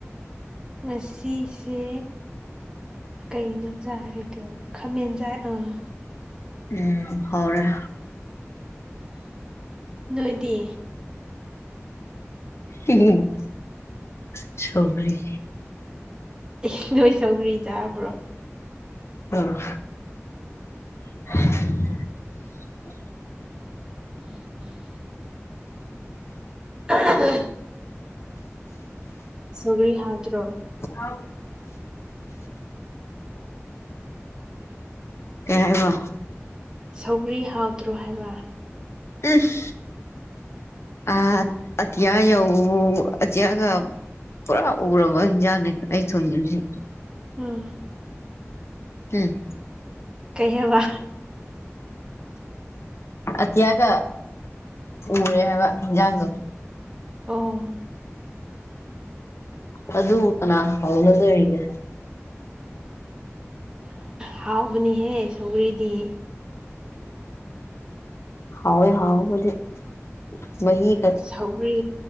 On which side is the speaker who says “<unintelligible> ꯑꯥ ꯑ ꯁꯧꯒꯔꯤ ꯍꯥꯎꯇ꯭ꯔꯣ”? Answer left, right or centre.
Right